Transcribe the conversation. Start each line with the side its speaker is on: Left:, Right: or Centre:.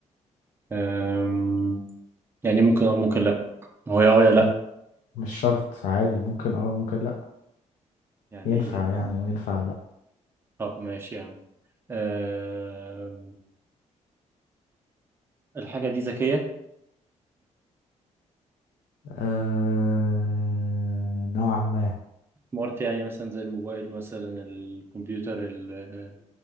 Right: آه يعني ممكن أو ممكن لأ ما هو يا اه يا لأ
Left: م- مش شرط عادي ممكن او ممكن لا
Right: يعني
Left: ينفع
Right: إيه يا ماما
Left: يعني وينفع لا
Right: طب ماشي يا عم آه الحاجة دي ذكية
Left: آه... نوعا ما
Right: سمارت يعني مثلا زي الموبايل مثلا الكمبيوتر ال- آه،